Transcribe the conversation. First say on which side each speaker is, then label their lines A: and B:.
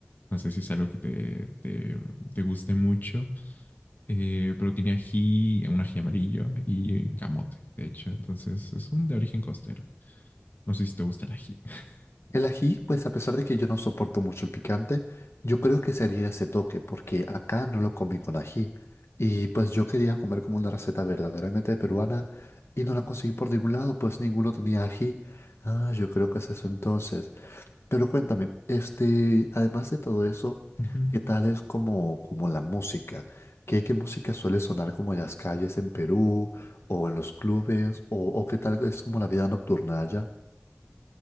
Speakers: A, on the left (about 45°); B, on the left (about 85°).
A: No sé si es algo que te, te, te guste mucho. eh, pero tiene ají, un ají amarillo y camote, de hecho. Entonces es un de origen costero. No sé si te gusta el ají. <laughs>
B: El ají, pues a pesar de que yo no soporto mucho el picante, yo creo que sería ese toque, porque acá no lo comí con ají. Y pues yo quería comer como una receta verdaderamente peruana y no la conseguí por ningún lado, pues ninguno tenía ají. Ah, yo creo que es eso entonces. Pero cuéntame, este, además de todo eso,
A: Ujú.
B: ¿qué tal es como, como la música? ¿Qué, qué música suele sonar como en las calles en Perú o en los clubes? ¿O, o qué tal es como la vida nocturna allá?